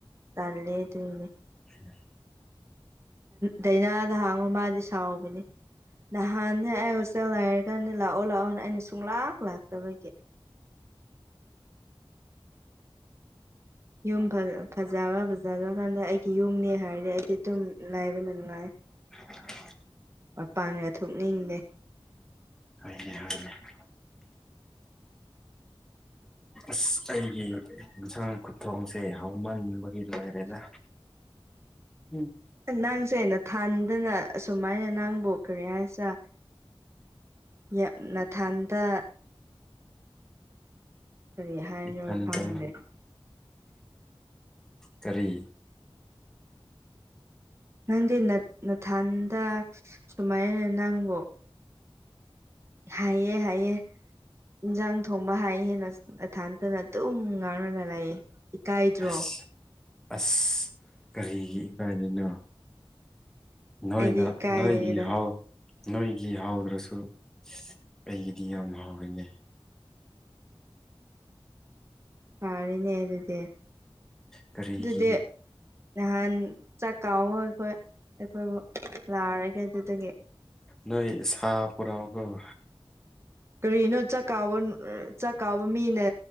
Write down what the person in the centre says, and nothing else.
<unintelligible>
<unintelligible>
<unintelligible> ꯑꯁ ꯑꯩꯒꯤ ꯌꯦꯟꯁꯥꯡ ꯈꯨꯊꯣꯡꯁꯦ ꯍꯧꯃꯟꯕꯒꯤ ꯂꯥꯏꯔꯤꯛ ꯇ꯭ꯔ‌ꯦꯗ ꯎꯝ
ꯏꯊꯟꯗ
ꯀꯔꯤ
ꯑꯁ ꯑꯁ ꯀꯔꯤꯒꯤ ꯏꯀꯥꯏꯗ‌ꯣꯏꯅꯣ ꯅꯣꯏꯗ
ꯅꯣꯏꯒꯤ ꯍꯥꯎ ꯅꯣꯏꯒꯤ ꯍꯥꯎꯗ꯭ꯔꯁꯨ ꯑꯩꯒꯤꯗꯤ ꯌꯥꯝ ꯍꯥꯎꯔꯤꯅꯦ
ꯀꯔꯤꯒꯤ
ꯅꯣꯏ ꯁꯥ ꯄꯨꯔꯥꯎꯀ‌ꯣ